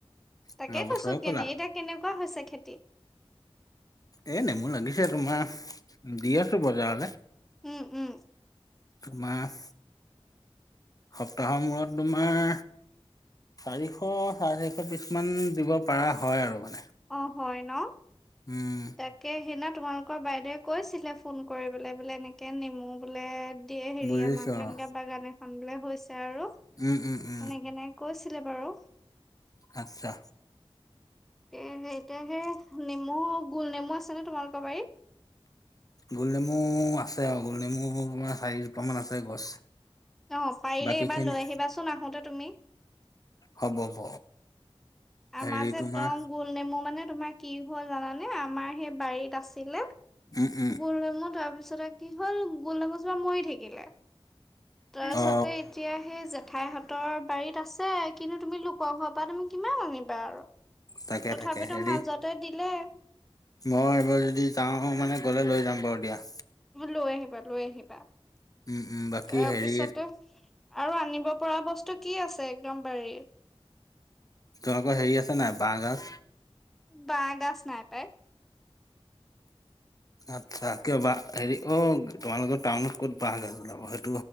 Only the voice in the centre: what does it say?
তাকে
কৈছো
কেনে এতিয়া কেনেকুৱা হৈছে খেতি?
উম-উম
অহ, হয় ন'
তাকে সেইদনা তোমালোকৰ বাইদেৱে কৈছিলে ফোন কৰিবলে বোলে এনেকে নেমু বোলে দিয়ে হেৰি
আমাৰ বোলে
এনেকা বাগান এখন বোলে হৈছে আৰু সেনেকেনে
কৈছে ছিলে বাৰু।
তে সেই এতিয়া সেই নেমু গোল নেমু আছে নে, তোমালোকৰ বাৰীত?
অহ, পাৰিলে
এবাৰ
লৈ আহিবাচোন আহোতে তুমি।
আমাৰ
যে
একদম গোল নেমু মানে তোমাৰ কি হ'ল জানানে আমাৰ সেই বাৰীত আছিলে
গোল নেমু তাৰপিছতে কি হ'ল গোল নেমুজোপা মৰি থাকিলে তাৰপাছতে
এতিয়াহে জেট ঠাইহঁতৰ বাৰীত আছে কিন্তু তুমি লোকৰ ঘৰৰ পৰা তুমি কিমান আনিবা আৰু।
তথাপিতো
মাজতে দিলে
লৈ আহিবা -লৈ আহিবা।
তাৰপিছতে
আৰু আনিব পৰা বস্তু কি আছে একদম বাৰীৰ?
বাঁহ গাজ নাই পাই।